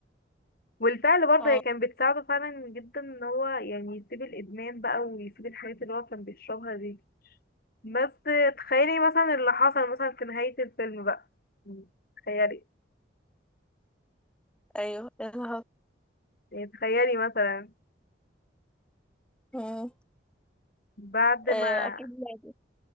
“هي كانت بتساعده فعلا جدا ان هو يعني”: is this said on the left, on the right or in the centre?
Left